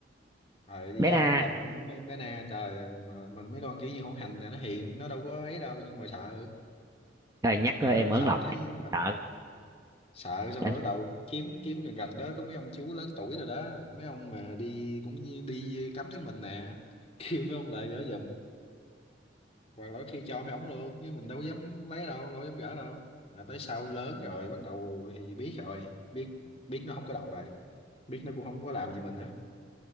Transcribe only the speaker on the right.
bé
na
trời nhắc
thôi em ớn
lòng
sợ
em